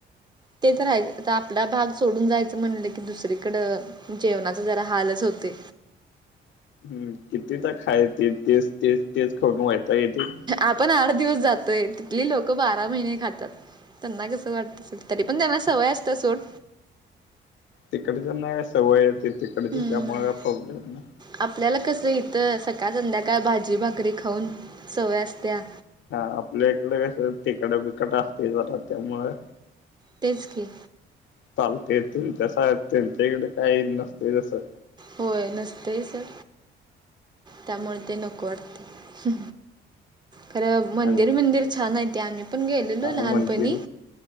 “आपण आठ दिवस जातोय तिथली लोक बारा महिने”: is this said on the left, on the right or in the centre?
Right